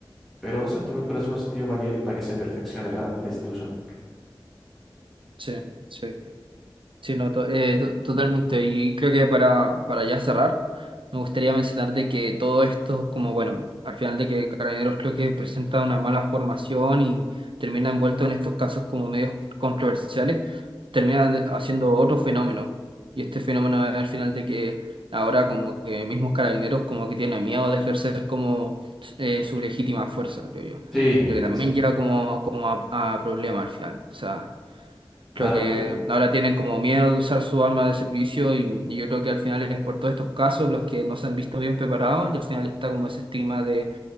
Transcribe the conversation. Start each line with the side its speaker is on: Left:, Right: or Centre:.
Centre: pero no sé, tal vez puede ser un sentido para que, para que se perfeccione la, la institución.
Right: sí, sí. Sí, no, to- eh, to- totalmente. Y creo que para, para ya cerrar, me gustaría mencionar de que todo esto, como bueno, al final de que Carabineros creo que presenta una mala formación y termina envuelto en estos casos como medios controversiales, termina de- haciendo otro fenómeno. Y este fenómeno es al final de que ahora como que mismos Carabineros como que tienen miedo de ejercer como eh, su legítima fuerza, creo yo.
Centre: Sí,
Right: Lo que también
Centre: sí,
Right: lleva como, como a, a problemas al final. O sea.
Centre: claro,
Right: Creo que
Centre: cre-
Right: ahora tienen como miedo de usar su arma de servicio y, y yo creo que al final es por todos estos casos los que no se han visto bien preparados y al final está como ese estigma de,